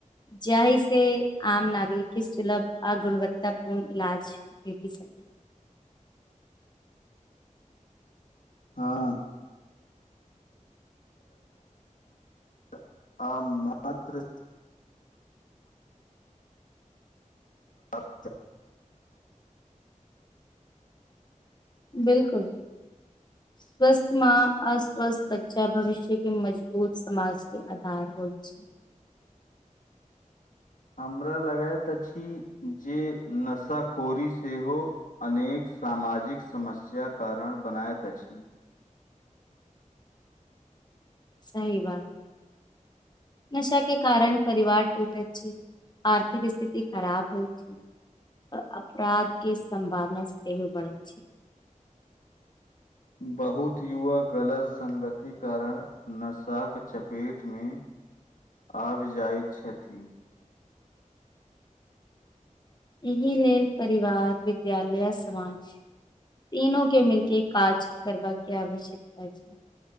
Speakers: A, on the left (about 35°); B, on the left (about 80°).
A: जाहि से आम नागरिक के सुलभ आ गुणवत्ता पूर्ण इलाज भेटी सकू
B: हँ <unintelligible> आ मात्र <unintelligible> <unintelligible>
A: बिलकुल स्वस्थ माँ अ स्वस्थ बच्चा भविष्य के मजबूत समाज के आधार होत छै।
B: हमरा लगैत अछि जे नशाखोरी सेहो अनेक सामाजिक समस्य कारण बनायैत अछि।
A: सही बात नशा के कारण परिवार टूटै छै। आर्थिक स्थिति खराब होय छै। अपराध के सम्भावना सेहो बरहै छै।
B: बहुत युवा गलत संगति कारण नशाक के चपेट मे आबि जाइत छथि।
A: एहि लेल परिवार विद्यालय समाज तीनो के मिलके काज करबाका के आवश्यकता छै।